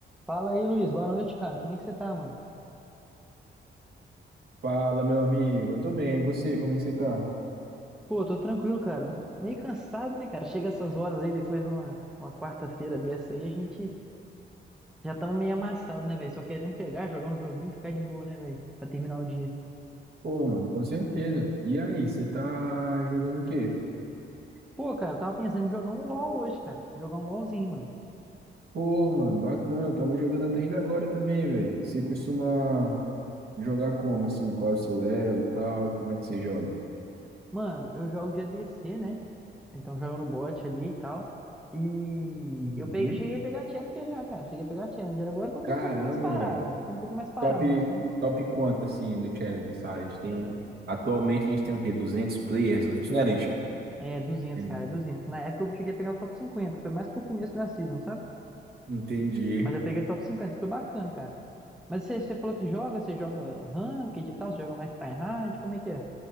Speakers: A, in the centre; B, on the right.
A: Fala aí, Luiz. Boa noite, cara. Como é que você tá, mano?
B: Fala, meu amigo. Eu tô bem. E você, como é que você tá?
A: Pô, tô tranquilo, cara. Meio cansado, né, cara? Chega essas horas aí, depois numa uma uma quarta-feira dessa aí, a gente já tamo meio amassado, né, velho? Só querendo pegar, jogar um joguinho e ficar de boa, né, velho? Pra terminar o dia.
B: Pô, mano, com certeza. E aí, você tá jogando o quê?
A: Pô, cara, tava pensando em jogar um LoL hoje, cara. Jogar um LoLzinho, mano.
B: Pô, mano, bacana. Eu tava jogando até ainda agora também, velho. Você costuma jogar como, assim? Qual é o seu elo e tal? Como é que você joga?
A: Mano, eu jogo de ADC, né? Então jogo no bot ali e tal. E
B: Uhum.
A: eu, peguei, eu cheguei a pegar Challenger já, cara. Cheguei a pegar Challenger. Agora que eu tô
B: Caramba,
A: um pouco mais parado.
B: velho.
A: Tô um pouco mais parado,
B: Top,
A: mas quando
B: top quanto, assim, no challenge, sabe? A gente tem... Atualmente a gente tem o quê? duzentos players no challenge?
A: É duzentos
B: Tem-
A: cara, é duzentos Na época eu cheguei a pegar o top cinquenta foi mais pro começo da season, sabe?
B: Entendi.
A: Mas eu peguei o top cinquenta foi bacana, cara. Mas você, você falou que joga, você joga ranked e tal, você joga mais tryhard, como é que é?